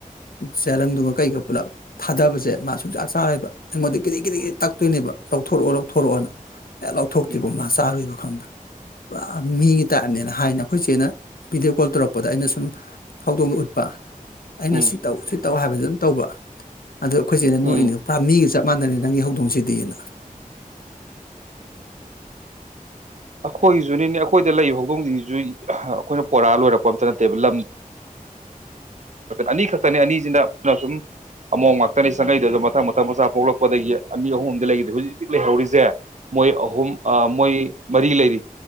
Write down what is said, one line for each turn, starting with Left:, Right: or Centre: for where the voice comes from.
Left: ꯇꯦꯂꯪꯗꯨꯒ ꯀꯩꯒ ꯄꯨꯂꯞ ꯊꯥꯗꯕꯖꯦ ꯖꯦ ꯃꯥ ꯁꯨꯡꯆꯥ ꯆꯥꯔꯣꯏꯕ ꯑꯩꯉꯣꯟꯗ ꯒꯤꯔꯤ ꯒꯤꯔꯤ ꯇꯛꯇꯣꯏꯅꯦꯕ ꯂꯧꯊꯣꯔꯛꯑꯣ ꯂꯧꯊꯣꯔꯛꯑꯣꯅ ꯍꯦ ꯂꯧꯊꯣꯛꯇ꯭ꯔꯤꯕꯣ
Right: ꯎꯝ
Left: ꯃꯥ ꯆꯥꯔꯣꯏꯕ ꯈꯪꯕ꯭ꯔꯥ ꯄꯨꯔꯥ ꯃꯤꯒꯤ ꯇꯥꯏꯞꯅꯦꯅ ꯍꯥꯏꯅ ꯑꯩꯈꯣꯏ ꯆꯦꯅ ꯚꯤꯗꯤꯑꯣ ꯀꯣꯜ ꯇꯧꯔꯛꯄꯗ ꯑꯩꯅ ꯁꯨꯝ ꯍꯧꯗꯣꯡ ꯎꯠꯄ ꯑꯩꯅ
Right: ꯎꯝ
Left: ꯁꯤ ꯇꯧ ꯁꯤ ꯇꯧ ꯍꯥꯏꯕꯗꯨꯝ ꯇꯧꯕ ꯑꯗꯣ ꯑꯩꯈꯣꯏꯆꯦꯅ
Right: ꯎꯝ
Left: ꯅꯣꯛ ꯏꯅꯦ ꯄꯨꯔꯥ ꯃꯤꯒ ꯆꯞ ꯃꯥꯥꯟꯅꯔꯦ ꯅꯪꯒꯤ ꯍꯧꯗꯣꯡꯁꯤꯗꯤꯅ
Right: ꯑꯈꯣꯏꯒꯤꯖꯨꯅꯤꯅꯦ ꯑꯈꯣꯏꯗ ꯂꯩꯕ ꯍꯧꯗꯣꯡꯖꯤꯡꯖꯤꯖꯨ ꯑꯩꯈꯣꯏꯅ ꯄꯣꯔꯑ ꯂꯣꯏꯔꯛꯄ ꯑꯝꯇ ꯅꯠꯇꯦꯕ ꯂꯝ ꯑꯅꯤ ꯈꯛꯇꯅꯦ ꯑꯅꯤꯖꯤꯅ ꯁꯨꯝ ꯑꯃꯣꯝ ꯉꯥꯛꯇꯅꯤ ꯆꯪꯉꯛꯏꯗꯣ ꯃꯊꯪ ꯃꯊꯪ ꯃꯆꯥ ꯄꯣꯛꯂꯛꯄꯗꯒꯤ ꯑꯅꯤ ꯑꯍꯨꯝ ꯑꯝꯗ ꯂꯩꯒꯤꯗ꯭ꯔꯦ ꯍꯧꯖꯤꯛ ꯍꯧꯖꯤꯛ ꯂꯩꯍꯧꯔꯤꯖꯦ ꯃꯣꯏ ꯑꯍꯨꯝ ꯑ ꯃꯣꯏ ꯃꯔꯤ ꯂꯩꯔꯤ